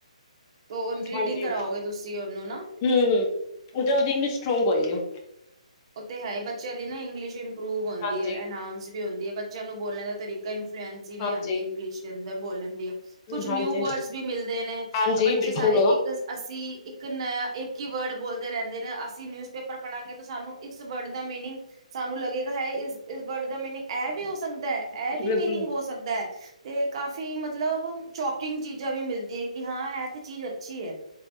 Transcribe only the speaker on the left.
ਹਾਂਜੀ,
ਹੂੰ ਉਹ ਤਾਂ ਉਹਦੀ ਇੰਗਲਿਸ਼ ਸਟਰੋਂਗ ਸਹੀ ਆ
ਹਾਂਜੀ
ਹਾਂਜੀ
ਹਾਂਜੀ
ਹਾਂਜੀ
ਬਿਲਕੁਲ
ਬਿਲਕੁਲ